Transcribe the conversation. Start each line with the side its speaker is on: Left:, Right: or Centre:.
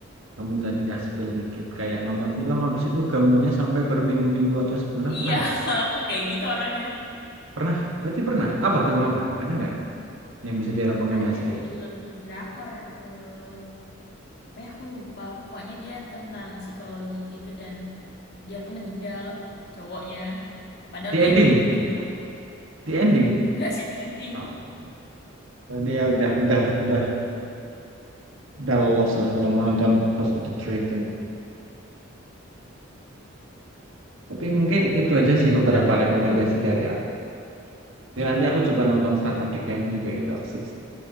Right: Kamu tadi udah spill dikit kayak nonton film habis itu gambarnya sampai berminggu-minggu atau sebulan
Left: iya
Right: pernah
Left: <laughs>
Right: nggak?
Left: aku kayak gitu orangnya
Right: Pernah. Berarti pernah. Apa film apa? Ada nggak yang bisa direkomendasiin?
Left: ada film drakor eh apa ya aku lupa pokoknya dia tentang psikologi gitu dan dia meninggal cowoknya padahal
Right: The
Left: dia
Right: Ending.
Left: green flag banget
Right: The Ending.
Left: enggak <laughs> sih ending
Right: Oh, berarti ya udah udah udah udah lolos lah kalau mau nonton House of the Dragon. Tapi mungkin itu
Left: boleh
Right: aja
Left: boleh
Right: sih beberapa
Left: ntar deh
Right: rekomendasi
Left: coba
Right: dari aku. Jadi nanti aku coba nonton Startup Decline juga itu asik